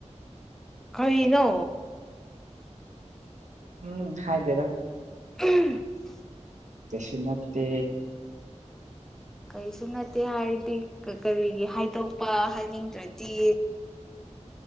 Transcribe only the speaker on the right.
ꯎꯝ ꯍꯥꯏꯗꯦꯗ
ꯀꯩꯁꯨ ꯅꯠꯇꯦ